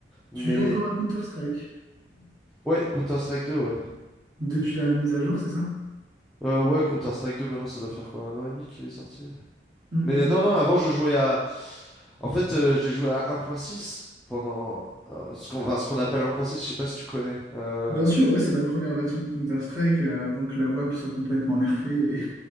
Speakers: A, in the centre; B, on the right.
A: Mais.
B: Tu joues encore à Counter-Strike
A: Ouais, Counter-Strike 2, ouais.
B: <clears throat> depuis la mise à jour, c'est ça?
A: Euh, ouais, Counter-Strike 2, maintenant, ça doit faire quoi? Un an et demi qu'il est sorti?
B: Mm,
A: Mais
B: mm,
A: non,
B: mm.
A: non, avant, je jouais à. En fait, euh, j'ai joué à 1.6 pendant euh, ce qu'on enfin, ce qu'on appelle 1.6, je sais pas si tu connais. Euh,
B: Bien sûr, ouais, c'est la première version de Counter-Strike euh, avant que la WAP soit complètement nerfée. et-